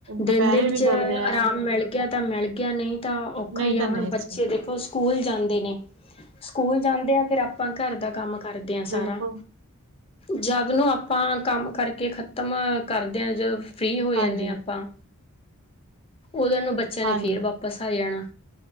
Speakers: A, on the left; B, on the right.
A: ਦਿਨ
B: ਦੁਪਹਿਰੇ
A: ਦੇ ਵਿੱਚ
B: ਵੀ ਕਰਦੇ ਆ
A: ਆਰਾਮ ਮਿਲ ਗਿਆ ਤਾਂ ਮਿਲ ਗਿਆ ਨਹੀ ਤਾਂ ਔਖਾ
B: ਨਹੀਂ
A: ਹੀ
B: ਤਾਂ
A: ਆ ਹੁਣ
B: ਨਹੀਂ
A: ਬੱਚੇ
B: ਸੀ
A: ਦੇਖੋ, ਸਕੂਲ ਜਾਂਦੇ ਨੇ, ਸਕੂਲ ਜਾਂਦੇ ਆ ਫੇਰ ਆਪਾਂ ਘਰ ਦਾ ਕੰਮ, ਕਰਦੇ ਆ
B: ਬਿਲਕੁਲ
A: ਸਾਰਾ। ਜਦ ਨੂੰ ਆਪਾਂ ਕੰਮ ਕਰਕੇ ਖ਼ਤਮ ਕਰਦੇ ਹਾਂ ਜਦੋ ਫ੍ਰਰੀ ਹੋ ਜਾਂਦੇ
B: ਹਾਂਜੀ,
A: ਹਾਂ ਆਪਾਂ, ਉਦੋਂ ਨੂੰ ਬੱਚਿਆਂ
B: ਹਾਂਜੀ,
A: ਨੇ ਫੇਰ ਵਾਪਿਸ ਆ ਜਾਣਾ।